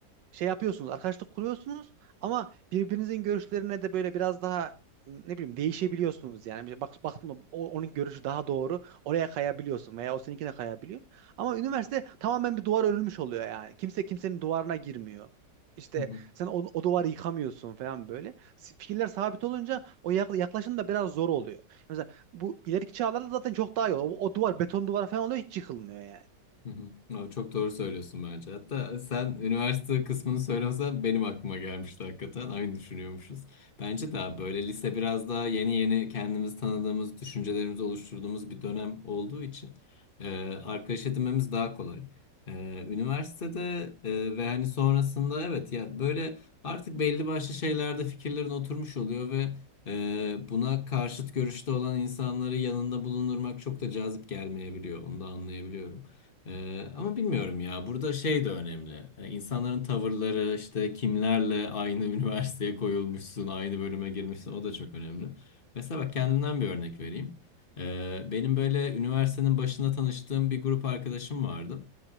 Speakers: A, on the right; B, on the left.
A: şey yapıyorsunuz, arkadaşlık kuruyorsunuz ama birbirinizin görüşlerine de böyle biraz daha ne bileyim değişebiliyorsunuz yani. Bir Bak, baktım da o- onun görüşü daha doğru. Oraya kayabiliyorsun veya o seninkine kayabiliyor. Ama üniversite tamamen bir duvar örülmüş oluyor yani. Kimse kimsenin duvarına girmiyor. İşte
B: Hı hı.
A: sen o, o duvarı yıkamıyorsun falan böyle. S- Fikirler sabit olunca o yak- yaklaşım da biraz zor oluyor. Mesela bu ileriki çağlarda zaten çok daha iyi oluyor. O, o duvar beton duvar falan oluyor hiç yıkılmıyor yani.
B: Hı hı. Aa, Çok doğru söylüyorsun bence. Hatta sen üniversite kısmını söylemesen benim aklıma gelmişti hakikaten. Aynı düşünüyormuşuz. Bence daha böyle lise biraz daha yeni yeni kendimizi tanıdığımız, düşüncelerimizi oluşturduğumuz bir dönem olduğu için e, arkadaş edinmemiz daha kolay. E, üniversitede e, ve hani sonrasında evet ya böyle artık belli başlı şeylerde fikirlerin oturmuş oluyor ve e, buna karşıt görüşte olan insanları yanında bulundurmak çok da cazip gelmeyebiliyor. Onu da anlayabiliyorum. Ee, ama bilmiyorum ya. Burada şey de önemli. Ee, insanların tavırları, işte kimlerle aynı <laughs> üniversiteye koyulmuşsun, aynı bölüme girmişsin, o da çok önemli. Mesela bak kendimden bir örnek vereyim. Ee, benim böyle üniversitenin başında tanıştığım bir grup arkadaşım vardı.